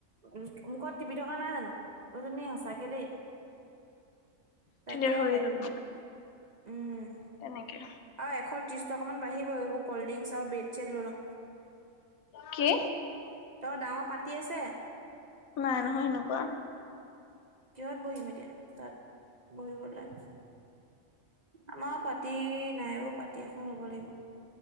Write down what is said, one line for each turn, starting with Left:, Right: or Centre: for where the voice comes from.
Right: উ মুখত টিপি থকা নাই জানো উজনী সঁচাকে দেই
Left: তেতিয়া
Right: তাকে
Left: হৈ যাব
Right: উম
Left: তেনেকে
Right: আৰু এশৰ ত্ৰিশ টকাামান বাঢ়ি এইবোৰ কল্ড ড্ৰিংক আৰু বেড চ লল
Left: কি
Right: তই ডাঙৰ পাতি আছে
Left: নাই নহয় সেনেকুৱা
Right: কিহত বহিম এতিয়া তাত বহিবিবলৈ আমাৰ পাতি নাই ব পাতি এখন ল'ব লাগিব